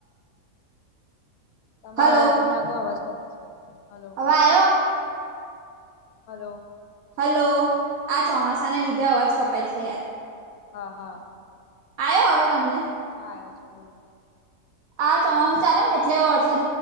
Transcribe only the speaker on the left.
તમારો
અવાજ નહીં આતો અવાજ તો છે હલો
હલો
હા હા
હા આવ્યો છે બોલો